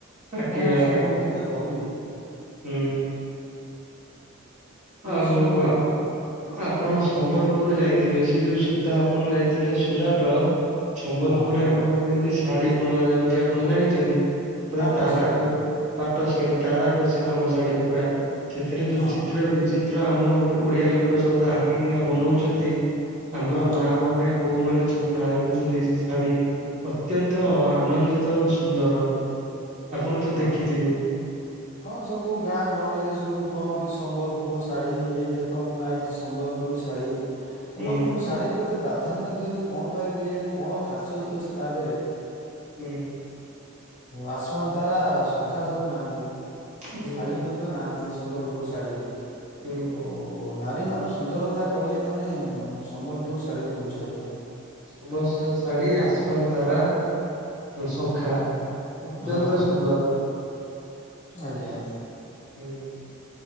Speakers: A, on the right; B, on the left.
A: ଆଖି
B: କଣ ଆଉ
A: ଆ
B: ସାଙ୍ଗ ମୁଁ ତୋତେ କହିବି।
A: ହୁଁ। ଆଉ
B: ଏଇ ସବୁ
A: ପା ଆପଣ ସମ୍ବଲପୁରରୁ ଯାଇଥିବେ ସେ ଯୋଉ ସୂତା ଆପଣ ଯାଇଥିଲେ ସୁରାଟ ସମ୍ବଲପୁରରେ
B: ହଁ
A: ଆମର ଯେମିତି ଶାଢୀ ବନା ଯାଉଛି ଆପଣ ଜାଣିଚନ୍ତି ପୁରା
B: ପାଟ
A: ତାରାକ
B: ଶାଢୀ
A: ପାଟ ଶାଢୀ ତାରା କସି କାମ ଶାଢୀ ପୁରା ସେଥିରେ ଯୋଉ
B: ହଁ
A: ଚିତ୍ର ବି ତ୍ର ଆମ ଓଡିଆ ଲୋକ ସବୁ ଆଙ୍କିକିନା ବନଉଛନ୍ତି ଆମର
B: ହଁ
A: ମା ମାନେ ବୋଉ ମାନେ ସବୁ ନାଁଉଚନ୍ତି ସେ ଶାଢ଼ୀ ଅତ୍ୟନ୍ତ ଆନନ୍ଦିତ ଓ ସୁନ୍ଦର। ଆପଣ ତ
B: ହଁ
A: ଦେଖିଥିବେ
B: ହଁ ସବୁ ଗାଁ ଗହଳିରେ ସବୁ କହନ୍ତି ସମ୍ବଲପୁର ଶାଢୀ ହେଇ ଦେଖ ମୁଁ ନାଇଁଚି ସମ୍ବଲପୁର ଶାଢୀ ସମ୍ବଲପୁର
A: ହୁଁ।
B: ଶାଢୀ କୁ ଏତେ ପ୍ରାଧାନ୍ୟ ଦିଅନ୍ତି କଣ ପାଇଁ କେହି ଜାଣି କଣ ଖାସି୍ୟତ ଅଛି ତା ଦେହରେ
A: ହୁଁ
B: ଆସୱନ୍ ତାରା ଶଙ୍ଖା ସବୁ ନାହାନ୍ତି
A: ହୁଁ
B: ଶାଢୀ ମଧ୍ୟ ନାହାନ୍ତି ସମ୍ବଲପୁର ଶାଢ଼ୀ
A: ହୁଁ
B: ଓ ଓ ନାରୀ ମାନେ ସୁନ୍ଦରତା କହିଲେ ମାନେ ସମ୍ବଲପୁର ଶାଢ଼ୀକୁ ବୁଝାଉଥାଏ
A: ସମସ୍ୟା ଶାଢୀ ଆସନ୍ ତାରା ଶଙ୍ଖା ଅତ୍ୟନ୍ତ
B: ହଁ
A: ସୁନ୍ଦର
B: ଆଜ୍ଞା
A: ହୁଁ